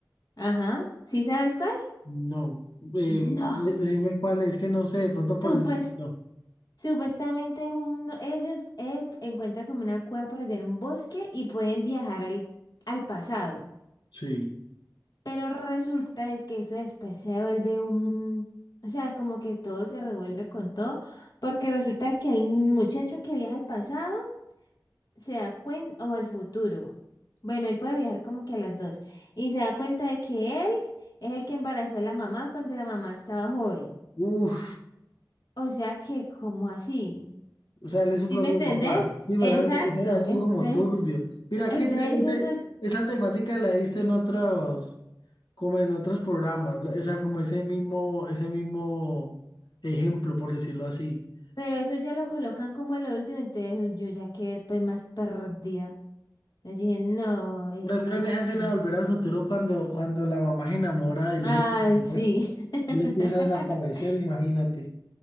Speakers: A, on the left; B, on the left.
A: Ajá. ¿Sí sabes cuál?
B: No. Eh,
A: No.
B: de- decime cuál es, que no sé, de pronto por
A: Tú
B: el...
A: pues
B: No.
A: Supuestamente es un, ellos él encuentra como una cueva por allá en un bosque y pueden viajar al, al pasado.
B: Sí.
A: Pero resulta es que eso después se vuelve un... O sea, como que todo se revuelve con todo, porque resulta que el muchacho que viaja al pasado se da cuenta, o al futuro. Bueno, él puede viajar como que a las dos. Y se da cuenta de que él es el que embarazó a la mamá cuando la mamá estaba joven.
B: Uf.
A: O sea que, como así?
B: O sea, él es su
A: ¿Sí
B: propio
A: me entendés?
B: papá. Sí, pero
A: Exacto.
B: es es algo
A: Entonces,
B: como turbio. Mira,
A: entonces
B: que ese- ese-
A: eso, es-
B: esa temática la viste en otros, como en otros programas. O sea, como ese mismo, ese mismo ejemplo, por decirlo así.
A: pero eso ya lo colocan como a lo último, entonces yo ya quedé pues más perdida. Yo dije, no, y
B: Por
A: si
B: ejemplo,
A: no entendí.
B: en esa escena de Volver al Futuro, cuando, cuando la mamá se enamora del
A: Ah,
B: hijo sin
A: sí.
B: saber,
A: <laughs>
B: él empieza a desaparecer, imagínate.